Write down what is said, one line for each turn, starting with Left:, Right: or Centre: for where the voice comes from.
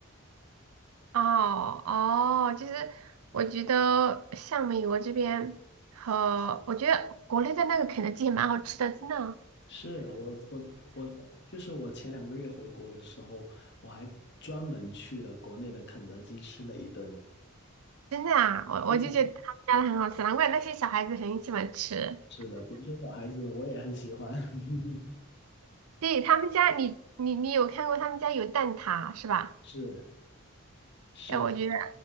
Right: 哦哦，就是我觉得像美国这边和我觉得国内的那个肯德基也蛮好吃的，真的。
Left: 是我我我，就是我前两个月回国的时候，我还专门去了国内的肯德基吃了一顿。
Right: 真的啊，我我就觉得他们家的很好吃，
Left: 真的。
Right: 难怪那些小孩子很喜欢吃。
Left: 是的，别说小孩子了，我也很喜欢。<laughs>
Right: 对，他们家，你你你有看过他们家有蛋挞是吧？
Left: 是是的，
Right: 哎，我觉得